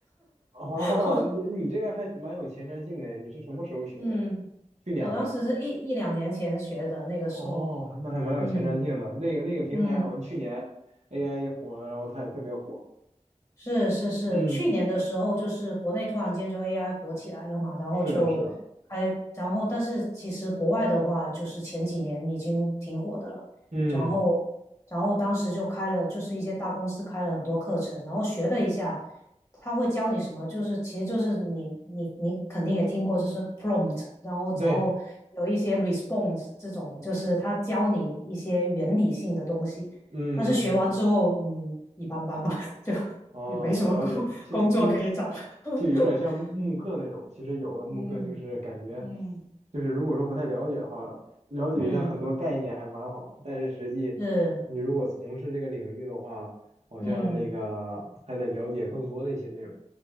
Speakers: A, on the right (about 65°); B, on the left (about 25°).
A: <laughs> 哦，
B: <laughs>
A: 你你这个还蛮有前瞻性的，你是什么时候学的？
B: 嗯，
A: 去年吗？
B: 我当时是一一两年前学的，那个时候，
A: 哦，那还蛮有前瞻性的。
B: 嗯
A: 那个那个平台好像去年
B: 嗯。
A: AI 火了，然后它也特别火。
B: 是是是，
A: 嗯，
B: 去年的时候就是国内突然间就 AI 火起来了嘛，然后就哎，
A: 是的，是的。
B: 然后但是其实国外的话，就是前几年已经挺火的了，
A: 嗯，
B: 然后然后当时就开了，就是一些大公司开了很多课程，然后学了一下，他会教你什么，就是其实就是你你你肯定也听过，就是 prompt，然后然后有一些
A: 对，
B: response 这种，就是他教你一些原理性的东西，
A: 嗯嗯嗯
B: 但是学完之后，嗯，一般般吧。<laughs> 就
A: 哦，
B: 也没什么工
A: 了解，
B: <laughs>
A: 其其实
B: 工作可以找。<laughs>
A: 就有点像慕课那种。其实有的慕课就是感觉，
B: 嗯嗯
A: 就是如果说不太了解的话，了解一下很多概念还蛮好的。
B: 嗯，嗯
A: 但是实际你如果从事这个领域的话，
B: 是，
A: 好像那个还得了解更多的一些内容。
B: 嗯，